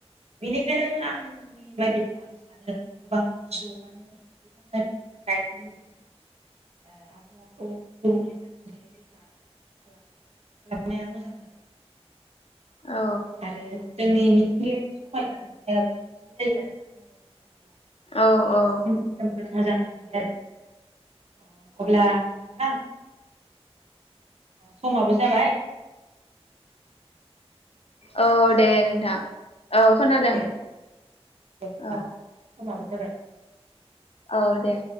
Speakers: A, on the right; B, on the left.
A: बेनिखायनो आंनि बायदिब्ला आं सानो गोबां सुबुङानो बिफां लाइफां गायनानै जोंनि ओ आबहावाखौ गुबुंले जानायखाय रैखा खालाम खालामनाया मोजां आरो।
B: औ
A: आरो जोंनि मिथिंगायारि समायना नुथायाबो साबसिन जायो आरो बिफां लाइफां थायोब्ला।
B: औ औ
A: सोमखोर सोमखोर मोजां नुयो आरो अब्ला नोंथां। समाबो जाबाय।
B: औ दे नोंथां औ खोनादों
A: दे होमबा
B: औ।
A: समाबो जाबाय।
B: औ दे।